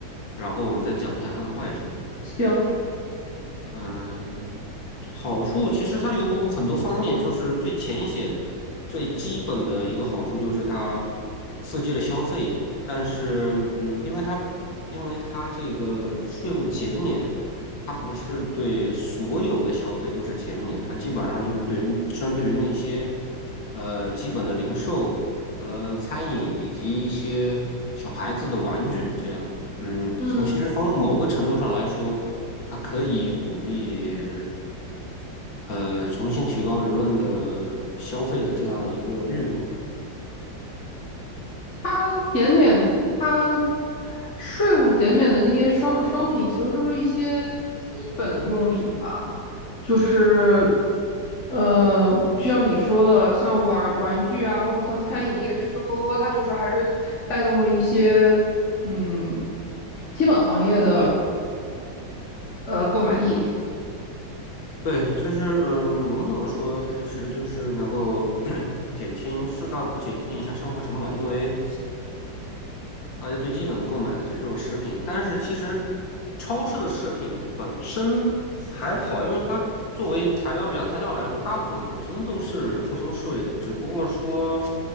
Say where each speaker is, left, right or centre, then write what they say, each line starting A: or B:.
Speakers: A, on the left; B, on the left.
A: 然后我们再讲一下它的坏处。
B: 行，
A: 嗯，好处其实它有很多方面，就是最浅显、最基本的一个好处就是它刺激了消费，但是嗯，因为它因为它这个税务减免，它不是对所有的消费都是减免，它基本上就是对于针对于那些呃基本的零售和餐饮以及一些小孩子的玩具这样，嗯，
B: 嗯，
A: 从其实从某个程度上来说。它可以鼓励呃重新提高人们的消费的这样一个欲望。
B: 它减免，它税务减免的那些商商品，其实都是一些基本用品吧，就是，呃，就像你说的，像玩玩具啊，包括像餐饮那些吃吃喝喝，它就是还是带动了一些，嗯，基本行业的呃购买力。
A: 对，就是嗯，笼统的说，它就其实就是能够 <clears throat> 减轻适当减轻一下生活成本，因为大家最基本的购买的其实就是食品，但是其实超市的食品本身还好，因为它作为材料原材料来说，大部分本身都是不收税的，只不过说，